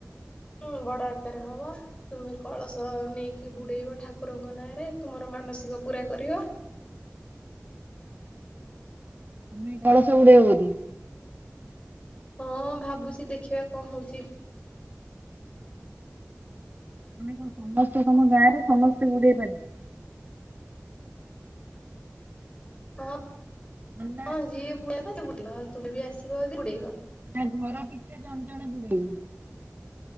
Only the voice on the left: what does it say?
ହୁଁ ବଡ ଆକାରରେ ହବ। ତୁମେ କଳସ ନେଇକି ବୁଡେଇବ ଠାକୁରଙ୍କ ନାଁରେ ତୁମର ମାନସିକ ପୁରା କରିବ।
ହଁ ହଁ ଭାବୁଛି ଦେଖିବା କଁ ହଉଛି।
ହଁ
ହଁ ଯିଏ ବୁଡେଇବା କଥା ସିଏ ବୁଡେଇବ ଆଉ ତୁମେ ବି ଆସିବ ଯଦି ବୁଡେଇବ।